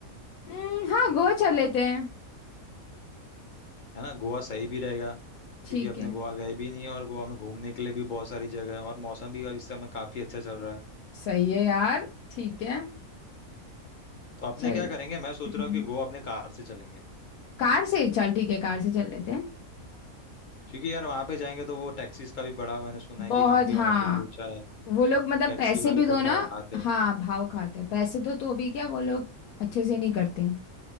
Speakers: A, on the left; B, on the left.
A: हम्म हाँ गोवा चल लेते हैं
B: है ना गोवा सही भी रहेगा
A: ठीक
B: क्योंकि अपने
A: है
B: गोवा गए भी नहीं है और गोवा में घूमने के लिए भी बहुत सारी जगह है और मौसम भी इस समय काफी अच्छा चल रहा है
A: सही है यार ठीक है
B: तो अपने
A: चल
B: क्या करेंगे मैं सोच
A: हम्म,
B: रहा हूँ कि गोवा अपने कार से चलेंगे
A: कार से चल ठीक है कार से चल लेते हैं
B: क्योंकि यार वहां पे जाएंगे तो वो टैक्सीज का भी बड़ा मैंने सुना है
A: बहुत
B: कि काफी वहां
A: हाँ
B: पे लोचा है
A: वो लोग मतलब
B: टैक्सी
A: पैसे
B: वाले
A: भी दो
B: बहुत
A: ना
B: भाव खाते हैं
A: हाँ भाव खाते हैं पैसे दो तो भी क्या वो लोग अच्छे से नहीं करते हैं